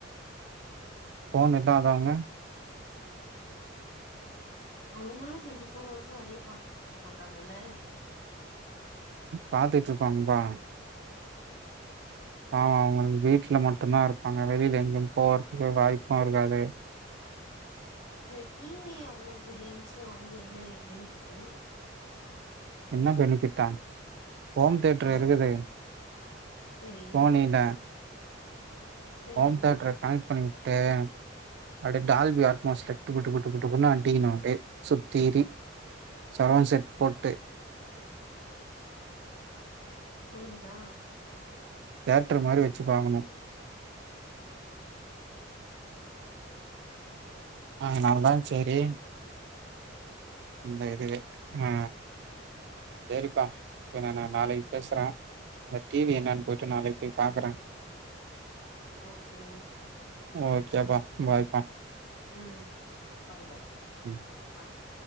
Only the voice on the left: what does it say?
அவங்களு டொண்ட்டிஃபோர் ஹவர்ஸும் அதேயே பாத்துட்ருக்க மாட்டாங்கல்ல
செரி டீவி அவ்ளோ பெரிய இஞ்ச்சுல வாங்கி என்ன பெனிஃபிட்டு
ஆ
சரி
சரி
முடிஞ்சுதா
<unintelligible>
ஓகே
ம் பாய் பாய்
ஆ.